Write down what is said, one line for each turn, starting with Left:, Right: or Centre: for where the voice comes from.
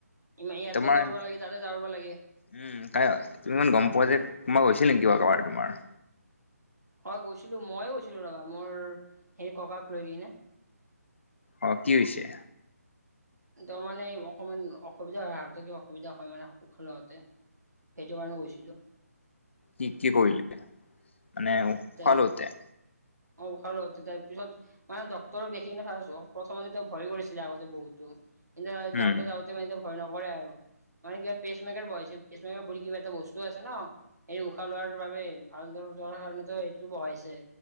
Right: ইমান ইয়াতে
Left: তোমাৰ
Right: দৌৰিব লাগে তাতে দৌৰিব লাগে
Left: উম তাই তুমি ইমান গম পোৱা যে তোমাক হৈছিল নে কিবা কাৰোবাৰ তোমাৰ।
Right: হয় গৈছিলোঁ মই গৈছিলোঁ ৰবা মোৰ হে ককাক লৈ কেনে
Left: অ কি হৈছে
Right: তাৰ মানে অকমান অসুবিধা হয় হাৰত কিবা অসুবিধা হয় মানে উশাহ লওঁতে সেইটো কাৰণে গৈছিলোঁ
Left: কি কি কৰিলে মানে উশাহ
Right: তাই
Left: লওঁতে
Right: অ উশাহ লওঁতে তাৰ পিছত মানে ডক্তৰক দেখি কিনে ভাবিছোঁ প্ৰথমতে তেওঁ ভৰি কৰিছিলে আগতে বহুতো যাওঁতে
Left: উম
Right: যাওঁতে মানে এতিয়া ভয় নকৰে আৰু। মানে কিবা পেচকেমাৰ বই আছে পেচমেকাৰ বুলি কিবা এটা বস্তু আছে ন এই উশাহ লোৱাৰ বাবে ভাল ধৰ। <unintelligible> কাৰণে ত সেইটো বহাইছে